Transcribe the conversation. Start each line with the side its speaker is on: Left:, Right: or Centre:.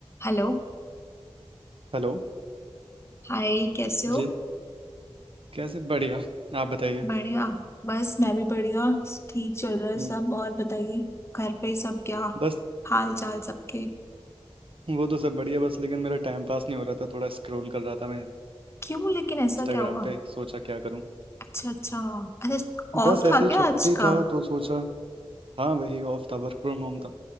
Left: Hello
Right: हेलो
Left: Hi कैसे हो
Right: जी कैसे बढ़िया आप बताइए
Left: बढ़िया बस मैं भी बढ़िया ठीक चल रहा है
Right: हम्म
Left: सब और बताइए घर पे सब क्या
Right: बस
Left: हाल चाल सबके
Right: वो तो सब बढ़िया बस लेकिन मेरा टाइम पास नहीं हो रहा था थोड़ा स्क्रॉल कर रहा था मैं
Left: क्यों लेकिन ऐसा
Right: इंस्टाग्राम
Left: क्या हुआ
Right: पे सोचा क्या करूं
Left: अच्छा अच्छा अच्छा ऑफ
Right: बस ऐसे
Left: था
Right: ही छुट्टी
Left: क्या आज का
Right: था तो सोचा हाँ वही ऑफ था वर्क फ्रॉम होम था